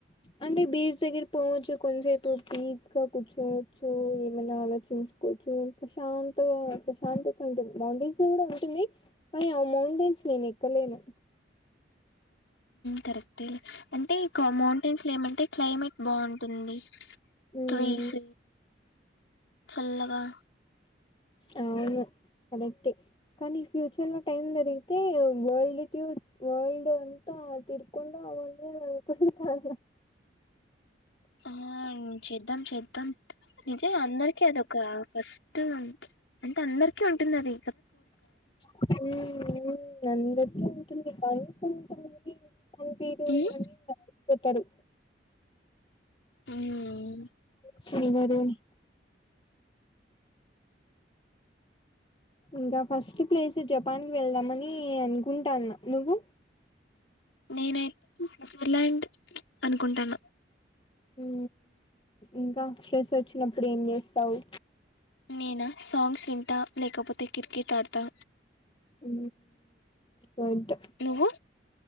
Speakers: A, on the left; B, on the left.
A: అంటే బీచ్ దగ్గర పోవచ్చు కొంతసేపు పీస్ గా కూర్చోవచ్చు ఏమైనా ఆలోచించుకోవచ్చు ప్రశాంత ప్రశాంతత ఉంటుంది మౌంటైన్స్ కూడా ఉంటుంది కానీ ఆ మౌంటైన్స్ నేను ఎక్కలేను
B: కరెక్ట్ లే అంటే ఇ మౌంటైన్స్ లో ఏమంటే క్లైమేట్ బాగుంటుంది
A: ఉమ్,
B: ట్రీస్ చల్లగా
A: అవును అదైతే కానీ ఫ్యూచర్ లో టైమ్ దరిగితే వరల్డ్ టూర్ వరల్డ్ అంతా తీర్కొని రావాలనుకుంటున్న
B: ఆ చేద్దాం చేద్దాం నిజం అందరికీ అదొక ఫస్ట్ అంటే అందరి ఉంటుందది
A: ఉ ఉ అందుకే ఉంటుంది పని కొ పంపియరు
B: మ్మ్
A: అని పెట్టాడు
B: మ్మ్.
A: శీరి వరి ఇంకా ఫస్ట్ ప్లేస్ జపాన్ కి వెళ్దామని అనుకుంటాన నువ్వు
B: నేనైతే స్విట్జర్లాండ్ అనుకుంటాన
A: ఉ ఇంకా స్ట్రస్ వచ్చినప్పుడు ఏం చేస్తావు
B: నేనా సాంగ్స్ వింటా లేకపోతే క్రికెట్ ఆడతా
A: ఉ రయింత
B: నువ్వు